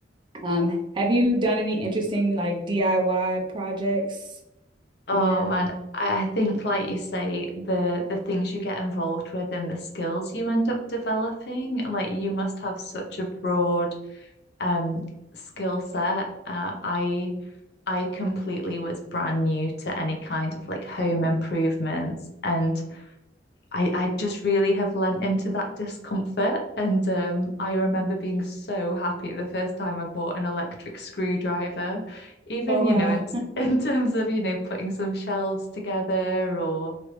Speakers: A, on the right; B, on the left.
A: Um, have you done any interesting like DIY projects
B: Oh
A: in your
B: man, I, I think like you say, the the things you get involved with and the skills you end up developing, like you must have such a broad um skill set. Uh, I I completely was brand new to any kind of like home improvements and I, I just really have lent into that discomfort. And um, I remember being so happy the first time I bought an electric screwdriver, even,
A: oh
B: you
A: wow.
B: know, in, <laughs> in terms of, you know, putting some shelves together or,